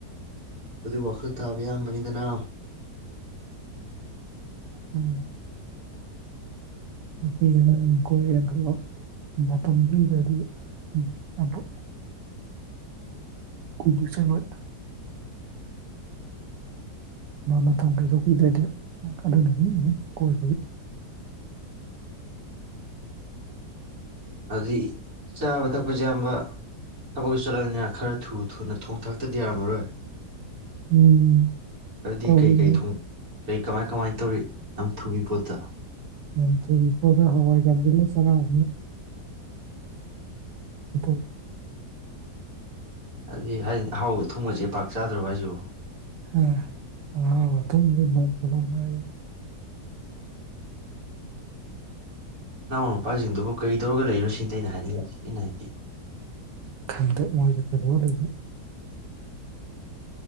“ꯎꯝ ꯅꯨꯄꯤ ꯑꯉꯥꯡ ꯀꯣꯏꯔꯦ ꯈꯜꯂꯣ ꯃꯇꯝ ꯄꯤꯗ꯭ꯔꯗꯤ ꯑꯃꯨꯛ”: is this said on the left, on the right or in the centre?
Right